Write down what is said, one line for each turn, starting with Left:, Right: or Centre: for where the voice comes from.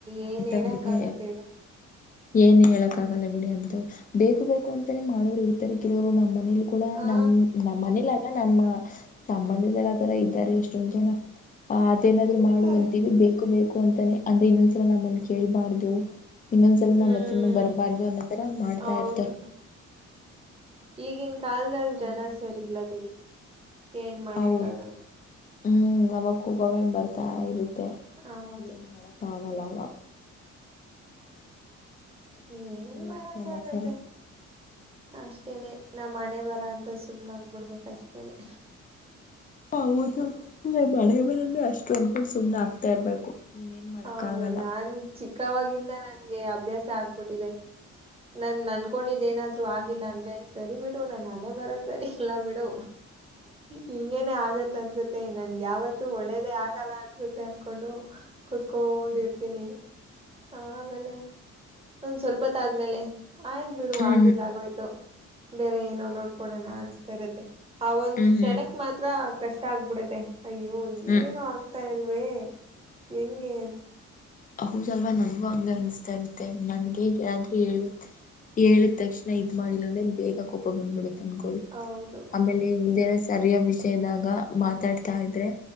Right: ಏನ್
Left: ಅಂತವ್ರಿಗೆ
Right: ಏಳಾಕ್ ಆಗತ್ತ ಹೇಳೊ.
Left: ಏನ್ ಹೇಳಾಕ್ ಆಗಲ್ಲ ಬಿಡಿ ಅಂತು ಬೇಕು ಬೇಕು ಅಂತಾನೇ ಮಾಡೋರು ಇರ್ತಾರೆ ಕೆಲವ್ರು ನಮ್ಮ್ ಮನೇಲ್ಲಿ. ಕೂಡಾ
Right: ಹಾ
Left: ನಮ್ ನಮ್ಮ ಮನೇಲಾಲ್. ಲ್ಲ ನಮ್ಮ ಸಂಬಂಧಿದಲ ತೊರೆ ಇದ್ದಾರೆ ಎಷ್ಟೊಂದ ಜನಾ. ಆ ಅದೇನಾದ್ರು
Right: ಇರ್ತಾರೆ
Left: ಮಾಡುವ ಅಂತೀವಿ ಬೇಕು ಬೇಕ. ಕು ಅಂತನೆ ಅಂದೆ ಇನ್ನೊಂದ್ಸಲ ನಮ್ಮಂದ ಕೇಳ್ಬಾರ್ದು. ಇನ್ನೊಂದ್ ಸಲಿ
Right: ಹ್ಮ್
Left: ನಾಮದ್. ಚ್ಚುನ್ನು ಬರಬಾರ್ದು ಅನ್ನೋ ತರಾ ಮಾಡ್ತಾ
Right: ಹೌದು
Left: ಇರ್ತಾರ.
Right: ಈಗಿನ. ಕಾಲ್ದಲ್ಲ್ ಜನ
Left: ಅವಾಗ
Right: ಸರಿ ಇಲ್ಲಾ ಬಿಡಿ. ಏನ್ ಮಾಡಾಕ್ಕ
Left: ಹೌದು
Right: ಆಗಲ್ಲಾ.
Left: ಹ್ಮ್ ನವಕ್ಕೂ ಬಗಂಡ ಬರ್ತಾ ಇರುತ್. ತ್ತೇ
Right: ಹೌದು
Left: ಏನ್ ಮಾಡಾಕ್. ಕಾವಲಾಭಾ.
Right: ನಿನ್
Left: ಇನ್ನೆಂತ
Right: ಮಾಡಾಕ್ಕ
Left: ಸಮಾಚಾರ
Right: ಆಗತ್ತೆ ಅಷ್ಟೇನೆ. ನಾಮ್ ಹಣೆಬರಾಹದ್ದು ಸುಮ್ನ ಆಗ್ಬಿಡಬೇಕ ಅಷ್ಟೇನೆ.
Left: ಹೌದೊ ನಮ್ ಹಣೆಬರಾನು ಅಷ್ಟು ಅನ್ಕೊಂಡ ಸುಮ್ನ ಆಗ್ತಾ ಇರ್ಬೇಕು. ನೀನ್ ಏನ್ ಮಾಡಕ್
Right: ಹೌದು
Left: ಆಗಲ್ಲ.
Right: ನಾನ್ ಚಿಕ್ಕವಾಗಿಂದ ನನ್ಗೆ ಅಭ್ಯಾಸ ಆಗ್. ಬುಟ್ಟಿದೆ. ನನ್ ನನ್ಕೊಂಡಿದ್ ಏನಾದ್ರು ಆಗಿಲ್ಲಾ ಅಂದ್ರೆ ಸರಿ ಬಿಡು ನನ್ ಹನೆ ಬರ ಸರಿ ಇಲ್ಲಾ ಬಿಡು ಹಿಂಗೇನೆ ಆಗತ್ ಅನ್ಸತ್ತೆ ನನ್ಗ ಯಾವತ್ತೂ ಒಳ್ಳೇದೇ ಆಗಲ್ಲಾ ಅನ್ಸುತ್ತೆ ಅನ್ಕೊಂಡು. ಕುತ್ಕೊಂಡ
Left: ಹ್ಮ್
Right: ಇರ್ತೀನಿ. ಆಮೇಲೆ ಒಂದ ಸ್ವಲ್ಪತ್ತ ಆದ್. ಆಮೇಲೆ. ಆಯ್ದ ಬಿಡು
Left: ಹ್ಮ್
Right: ಆಗಿದ್ದ ಆಗಹೋಯ್ತು. ಬೇರೆ ಏನೋ ನೋಡ್ಕೊಡೋಣಾ ಅನ್ಸ್ತಾ ಇರುತ್ತೆ. ಆ ಒಂದ್
Left: ಹ್ಮ್ ಹ್ಮ್
Right: ಷೇಣಕ್
Left: ಹ್ಮ್
Right: ಮಾತ್ರಾ. ಕಷ್ಟ ಆಗ್ಬಿಡತ್ತೆ ಅಯ್ಯೋ
Left: ಹ್ಮ್
Right: ಏನು ತ್ತ ಇಲ್ವೇ ಹೆಂಗೇಂತ
Left: ಹೌದಲ್ವಾ ನನ್ಗೂ ಹಂಗ ಅನ್ಸತಾ ಇರುತ್ತೆ ನನ್ಗೆಗಾದ್ರೂ ಹೇಳ ಹೇಳಿದ ತಕ್ಷಣ ಇದ್ ಮಾಡಿಲ್ಲ ಅಂದ್ರೆ ಬೇಗ ಕೋಪ ಬಂದ್ಬಿಡುತ್ತೆ ತಂದಕ್
Right: ಹೌದು
Left: ಆಮೇಲೆ ಇ ರ ಸರಿಯ ವಿಷಯದಾಗ ಮಾತಾಡ್ತಾ ಇದ್ರೆ